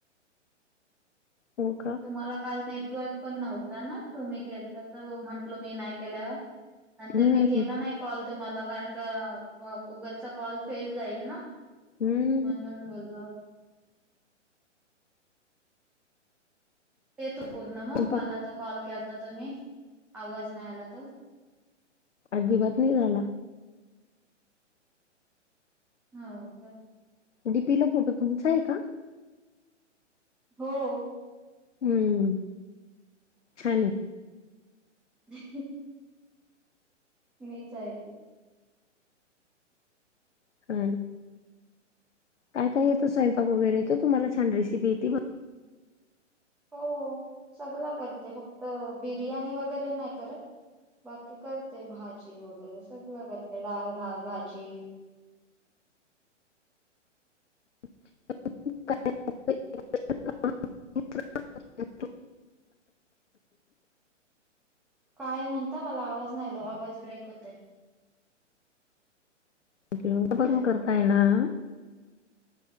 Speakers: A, on the left; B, in the centre.
A: हो.. का?
B: मला काल नेटवर्क पण नव्हता ना तुम्ही केलता तव म्हंटल मी नाही केलेला. नंतर
A: हम्म
B: मी केला नाही कॉल तुम्हाला कारण का... उगचचा कॉल फेल जाईल ना.
A: हम्म....
B: म्हणून बोललो. ते तो पूर्ण
A: स्वयंपाक
B: मग मला तो कॉल केलता तुम्ही आवाज नाही आला तो?
A: अजिबात नाही झाला.
B: हो.. का?
A: डी. पी. ला फोटो तुमचा आहे का?
B: हो....
A: हम्म.... छान आहे.
B: <inaudible> मीच आहे ती.
A: <unintelligible> काय- काय येतं स्वयंपाक वेगैरेे तुम्हाला छान रेसिपीे येती..
B: हो.. सगळ करते फक्त बिर्याणी वैगैरे नाही करत. बाकी करते भाजी वै गैरे सगळ करते डाल, भात, भाजी.
A: <unintelligible>
B: <inaudible> काय म्हणता मला आवाज नाही आला आवाज ब्रेक होतय.
A: <unintelligible>
B: हॅलो